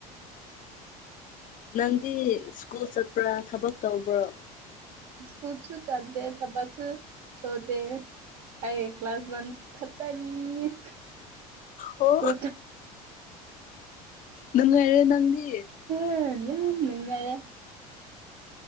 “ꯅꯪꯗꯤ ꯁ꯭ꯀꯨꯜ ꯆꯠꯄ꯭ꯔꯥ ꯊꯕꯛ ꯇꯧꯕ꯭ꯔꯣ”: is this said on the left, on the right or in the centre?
Left